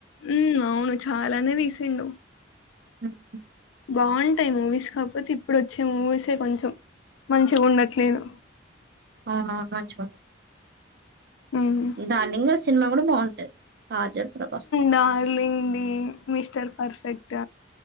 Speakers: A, on the left; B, on the right.
A: ఉ అవును చాలానే తీసిండు,
B: <unintelligible>
A: బాగుంటాయి మూవీస్ కాకపోతే ఇప్పుడు వచ్చే మూవీసే కొంచెం, మంచిగా ఉండట్లేదు
B: అవునవును మంచి
A: ఉమ్
B: డార్లింగ్ సినిమా కూడా బాగుంటది. Kajal Prabhas
A: Darling the, Mr Perfect